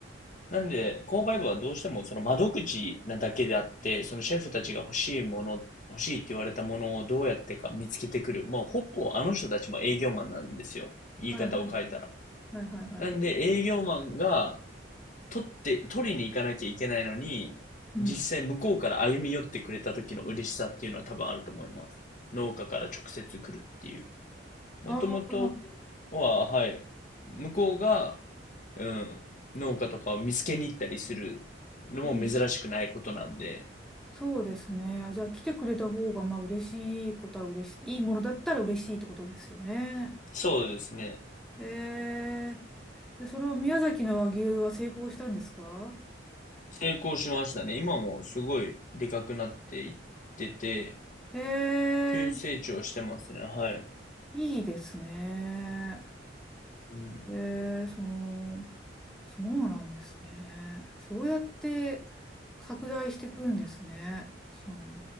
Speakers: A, on the left (about 45°); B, in the centre.
A: なんで、購買部はどうしてもその窓口なだけであって、そのシェフたちが欲しいもの、欲しいって言われたものをどうやってか見つけてくる。もうほぼあの人たちも営業マンなんですよ。言い方を変えたら。
B: はいはいはいはいはいはい。
A: なんで営業マンが取って、取りに行かなきゃいけないのに、
B: うん。
A: 実際向こうから歩み寄ってくれた時の嬉しさっていうのは多分あると思います。農家から直接来るっていう。もともと
B: ああ、
A: は、はい、向こうが、うん、農家とかを見つけに行ったりするのも珍しくないことなんで、
B: うん。そうですね。あじゃあ来てくれた方が、まあ嬉しいことは嬉しい。いいものだったら嬉しいってことですよね。
A: そうですね。
B: へえ。で、その宮崎の和牛は成功したんですか
A: 成功しましたね。今もすごいでかくなっていってて、
B: へ
A: 急に成長してますね。
B: え、
A: はい。
B: いいですね。
A: うん。
B: えー、その、そうなんですね。そうやって拡大していくんですね。その、